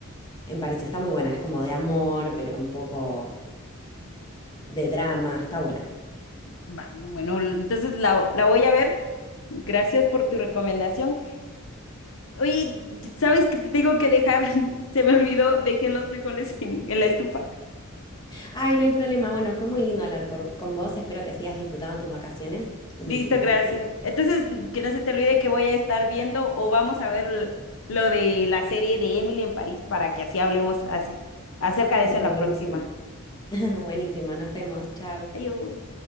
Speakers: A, on the left; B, on the left.
A: en París. Está muy buena, es como de amor, pero un poco de drama, está buena.
B: Va, bueno, l- entonces la, la voy a ver. Gracias por tu recomendación. Oye, ¿sabes que te tengo que dejar? <laughs> Se me olvidó, dejé los frijoles <laughs> en, en la estufa.
A: Ay, no hay problema. Bueno, fue muy lindo hablar por, con vos. Espero que sigas disfrutando tus vacaciones y
B: Listo,
A: nos
B: gracias.
A: vemos.
B: Entonces, que no se te olvide que voy a estar viendo o vamos a ver l- lo de la serie de Emily en París para que así hablemos así acerca de
A: Dale,
B: eso en la
A: buenísimo.
B: próxima.
A: <laughs> Buenísimo, nos vemos, chao.
B: Adiós.